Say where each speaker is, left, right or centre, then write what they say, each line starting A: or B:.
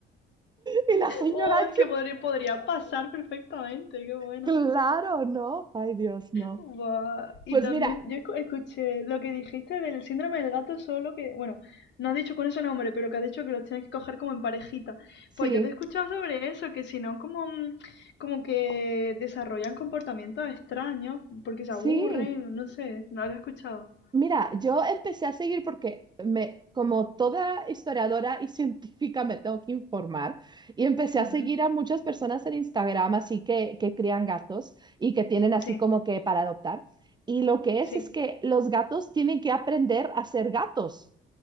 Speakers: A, on the right (about 20°); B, on the left (about 65°).
A: Y la señora
B: Oh, es que podría, podría pasar perfectamente, qué bueno.
A: Claro, no. Ay, Dios, no.
B: Buah, Y
A: Pues
B: también
A: mira,
B: yo escuché lo que dijiste del síndrome del gato solo, que, bueno, no has dicho con ese nombre, pero que has dicho que los tienes que coger como en parejita.
A: sí,
B: Pues yo había escuchado sobre eso, que si no, como, mm, como que desarrollan comportamientos extraños porque se
A: sí.
B: aburren, no sé, no lo había escuchado.
A: Mira, yo empecé a seguir porque me, como toda historiadora y <laughs> científica, me tengo que informar y empecé
B: Mm.
A: a seguir a muchas personas en Instagram, así que, que crían gatos y que tienen así
B: Sí,
A: como que para adoptar. Y lo que
B: sí,
A: es es que los gatos tienen que aprender a ser gatos.